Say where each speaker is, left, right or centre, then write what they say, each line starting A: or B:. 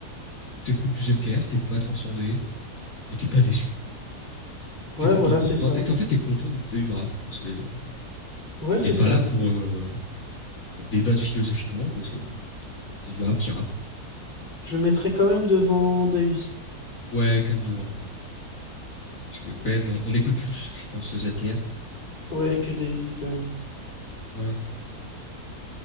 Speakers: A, on the left (about 55°); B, on the left (about 30°).
A: t'écoutes du ZKR, t'es pas transcendé, mais t'es pas déçu.
B: Ouais,
A: T'es content.
B: voilà, c'est
A: Enfin,
B: ça.
A: t'es, en fait, t'es content d'écouter du rap. Quoi. C'est, on
B: Ouais, c'est
A: n'est pas
B: ça.
A: là pour, euh, pour débattre philosophiquement, quoi. C'est, c'est du rap qui rappe. quoi.
B: Je mettrais quand même devant Dahuzi.
A: Ouais, quand même devant. ouais. Parce que quand même, on, on écoute plus, je pense, ZKR.
B: Ouais, que Dahuzi, quand même.
A: Voilà.